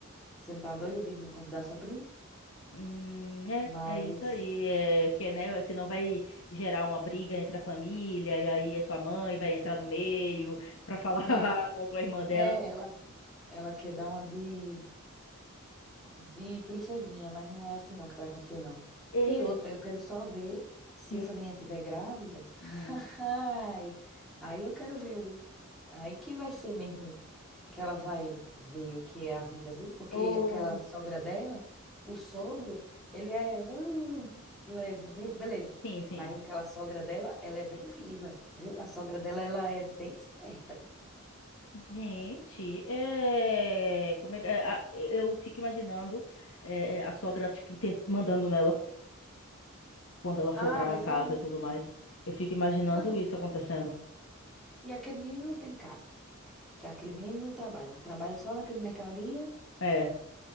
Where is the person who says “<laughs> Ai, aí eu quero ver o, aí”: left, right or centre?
Centre